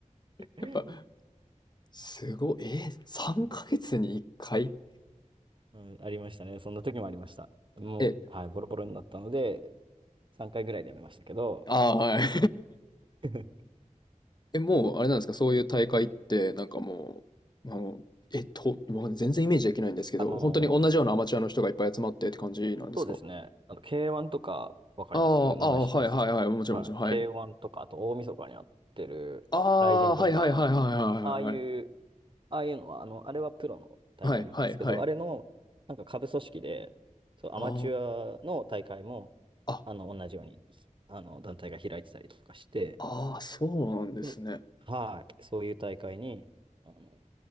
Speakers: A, on the right; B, on the left.
A: う
B: やっぱ、すごい。えー、3ヶ月に1回
A: ん、うん、ありましたね。そんな時もありました。もう、
B: え、
A: はい、ボロボロになったので、3回ぐらいでやめましたけど、
B: ああ、はい。<laughs>
A: <laughs>
B: え、もう、あれなんですか、そういう大会って、なんかもう、まあの、えっと、わかん全然イメージできないんですけど、
A: あのー
B: 本当に同じようなアマチュアの人がいっぱい集まってって感じなんですか
A: そうですね。あの、K1 とか、わかります名前知ってますはい。
B: ああ、ああ、はいはいはい、もちろんもちろん、はい。
A: K1 とか、あと大晦日にやってる、
B: ああ、
A: 雷神とか、
B: はいはいはいはいはいはいはい。
A: ああいうああいうのは、あの、あれはプロの大会なんですけど、
B: はいはいはい。
A: あれの、なんか下部組織で、そう、アマチュアの大会も、
B: ああ、あ、
A: あの、同じように、あの、団体が開いてたりとかして、
B: ああ、そうなんですね。
A: で、はい、そういう大会に、あの、